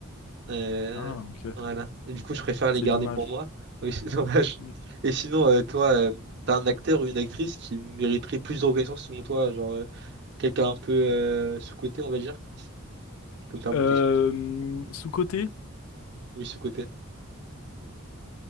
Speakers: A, on the right (about 50°); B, on the left (about 70°).
A: Euh,
B: Ah, ok.
A: voilà. Et du coup, je préfère les
B: C'est
A: garder
B: dommage.
A: pour moi. Oui, <laughs> c'est dommage.
B: Mm.
A: Et sinon, euh, toi, euh, t'as un acteur ou une actrice qui mériterait plus de reconnaissance selon toi, genre euh, quelqu'un un peu euh, sous-coté, on va dire. Tu peux me permettre
B: Euh,
A: l'expression.
B: sous-coté?
A: Oui, sous-coté.